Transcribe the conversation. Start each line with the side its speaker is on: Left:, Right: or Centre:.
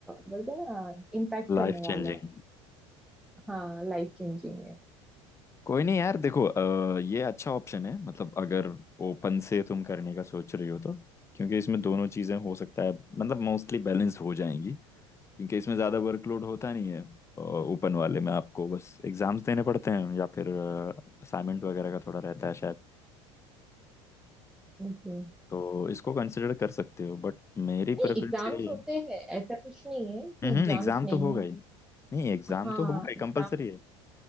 Centre: बोलते हैं ना इम्पैक्ट
Left: Life
Centre: करने वाला
Left: changing
Centre: है हाँ लाइफ चेंजिंग है
Left: कोई नहीं यार देखो अ, ये अच्छा ऑप्शन है मतलब अगर ओपन से तुम करने का सोच रही हो तो क्योंकि इसमें दोनों चीजें हो सकता है मतलब मोस्टली बैलेंस हो जाएंगी क्योंकि इसमें ज़्यादा वर्कलोड होता नहीं है ओपन वाले में आपको बस एग्जाम्स देने पड़ते हैं या फिर असाइनमेंट वगैरह का थोड़ा रहता है शायद
Centre: ओके
Left: तो इसको कंसिडर कर सकते हो बट मेरी
Centre: नहीं
Left: प्रेफरेंस
Centre: एग्जाम्स
Left: यही है
Centre: होते हैं ऐसा कुछ नहीं है कि
Left: हम्म
Centre: एग्जाम्स
Left: एग्जाम
Centre: नहीं
Left: तो होगा ही नहीं एग्जाम
Centre: हाँ
Left: तो होगा ही
Centre: एग्जाम
Left: कंपलसरी है